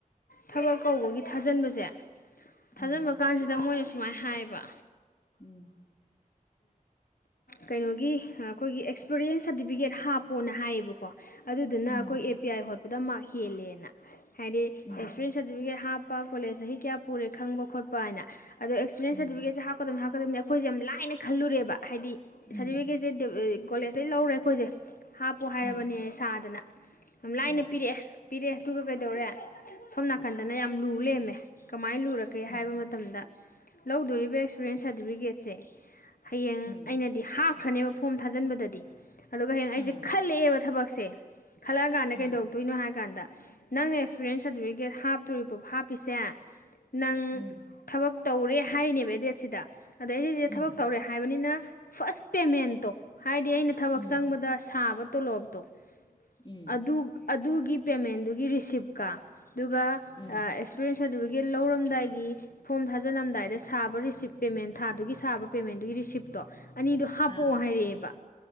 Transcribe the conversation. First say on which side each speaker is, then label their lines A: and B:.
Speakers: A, on the left; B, on the left.
A: ꯊꯕꯛ ꯀꯧꯕꯒꯤ ꯊꯥꯖꯤꯟꯕꯁꯦ
B: ꯎꯝ
A: ꯊꯥꯖꯟꯕ ꯀꯥꯟꯁꯤꯗ ꯃꯣꯏꯅ ꯁ ꯃ ꯃꯥꯏ ꯍꯥꯏꯕ
B: ꯎꯝ
A: ꯀꯩꯅꯣꯒꯤ ꯑꯩꯈꯣꯏꯒꯤ ꯑꯦꯛꯁꯄꯤꯔꯤꯌꯦꯟꯁ ꯁꯥꯔꯇꯤꯐꯤꯀꯦꯠ ꯍꯥꯞꯄꯣꯅ ꯍꯥꯏꯌꯦꯕꯀꯣ ꯑꯗꯨꯗꯨꯅ
B: ꯎꯝ
A: ꯑꯩꯈꯣꯏ ꯑꯦ ꯄꯤ ꯑꯥꯏ ꯍꯣꯠꯄ ꯈꯨꯗꯝꯃꯛ ꯍꯦꯜꯂꯦꯅ ꯍꯥꯏꯗꯤ
B: ꯎꯝ
A: ꯑꯦꯛꯁꯄꯤꯔꯦꯟꯁ ꯁꯔꯇꯤꯐꯤꯀꯦꯠ ꯍꯥ ꯂꯄꯥ ꯀꯣꯂꯦꯖ ꯆꯍꯤ ꯀꯌꯥ ꯄꯨꯔꯦ ꯈꯪꯕ ꯈꯣꯠꯄ ꯍꯥꯏꯅ ꯑꯗ ꯑꯦꯁꯄꯤꯔꯤꯌꯦꯟ
B: ꯎꯝ
A: ꯁꯇꯤꯐꯤꯀꯦꯟꯁꯦ ꯍꯝꯀꯗꯕꯅꯤ ꯐꯔꯝꯅꯦ ꯑꯩꯈꯣꯏꯖꯦ ꯌꯥꯝ ꯂꯥꯏ- ꯍꯥꯏꯅ ꯈꯜꯂꯨꯔꯦꯕ ꯍꯥꯏꯗꯤ
B: ꯎꯝ
A: ꯁꯔꯇꯤꯐꯤꯀꯦꯠꯁꯦ ꯗꯦꯕ ꯑꯦ ꯀꯣꯂꯦꯖꯇꯩ ꯂꯧꯔꯦ ꯑꯩꯈꯣꯏꯁꯦ ꯍꯥꯞꯄꯨ ꯍꯥꯏꯔꯕꯅꯦ
B: ꯎꯝ
A: ꯁꯥꯗꯅ ꯌꯥꯝ ꯂꯥꯏꯅ
B: ꯍꯣꯏ
A: ꯄꯤꯔꯛꯑꯦ ꯄꯤꯔꯛꯑꯦ ꯑꯗꯨꯒ ꯀꯩꯗꯧꯔꯦ ꯁꯣꯝ ꯅꯥꯀꯟꯗꯅ ꯌꯥꯝ ꯂꯨ ꯂꯩꯔꯝꯃꯦ ꯀꯃꯥꯏꯅ ꯂꯨꯔꯛꯀꯦ
B: ꯎꯝ
A: ꯍꯥꯏꯕ ꯃꯇꯝꯗ ꯂꯧꯗꯣꯔꯤꯕ ꯑꯦꯛꯁꯄꯤꯔꯤꯌꯦꯟꯁ ꯁꯥꯔꯇꯤꯐꯤꯀꯦꯠꯁꯦ ꯍꯌꯦꯡ
B: ꯎꯝ
A: ꯑꯩꯅꯗꯤ ꯍꯥꯐ- ꯈ꯭ꯔꯅꯦꯕ ꯐꯣꯝ ꯊꯥꯖꯟꯕꯗꯗꯤ ꯑꯗꯨꯒ ꯍꯌꯦꯡ
B: ꯑꯥ
A: ꯑꯩꯖꯦ ꯈꯜꯂꯛꯑꯦꯕ ꯊꯕꯛ ꯁꯦ ꯈꯜꯂꯛꯑ ꯀꯥꯟꯗ
B: ꯑꯥ
A: ꯀꯩꯗꯧꯔꯛꯇꯣꯏꯅꯣ ꯍꯥꯏ ꯀꯥꯟꯗ ꯅꯪꯅ ꯑꯦꯛꯁꯄꯤꯔꯤꯌꯦꯟꯁ ꯁꯥꯔꯇꯤꯐꯤꯀꯦꯠ ꯍꯥꯞꯇꯣꯔꯤꯕ ꯍꯥꯞꯄꯤꯁꯦ ꯅꯪ
B: ꯎꯝ
A: ꯊꯕꯛ ꯇꯧꯔꯦ ꯍꯥꯏꯅꯦꯕ ꯑꯩ ꯗꯦꯠꯁꯤꯗ ꯑꯗꯩꯗꯤ- ꯊꯕꯛ
B: ꯎꯝ
A: ꯇꯧꯔꯦ ꯍꯥꯏꯕꯅꯤꯅ ꯐꯥꯁ ꯄꯦꯃꯦꯟꯇꯣ ꯍꯥꯏꯗꯤ ꯑꯩꯅ ꯊꯕꯛ
B: ꯎꯝ
A: ꯆꯪꯕꯗ ꯑꯁ ꯊꯥꯕ ꯇꯣꯂꯣꯞꯇꯣ
B: ꯎꯝ
A: ꯑꯗꯨ ꯑꯗꯨꯒꯤ ꯄꯦꯃꯦꯟꯗꯨꯒꯤ ꯔꯤꯁꯤꯞꯀꯥ ꯑꯗꯨꯒ
B: ꯎꯝ
A: ꯑ ꯑꯦꯛꯁꯄꯤꯔꯤꯌꯦꯟꯁ ꯁꯥꯔꯇꯤꯐꯤꯀꯦꯠ ꯂꯧꯔꯝꯗꯥꯏꯒꯤ ꯐꯣꯝ ꯊꯥꯖꯤꯜꯂꯝꯗꯥꯏꯗ ꯁꯥꯕ ꯔꯤꯁꯤꯞ ꯄꯦꯃꯦꯟ ꯊꯥꯗꯨꯒꯤ ꯁꯥꯕ ꯄꯦꯃꯦꯟꯗꯨꯒꯤ ꯔꯤꯁꯤꯞꯇꯣ ꯑꯅꯤꯗꯣ ꯍꯥꯞꯄꯛꯑꯣ
B: ꯑꯥ
A: ꯍꯥꯏꯔꯛꯑꯦꯕ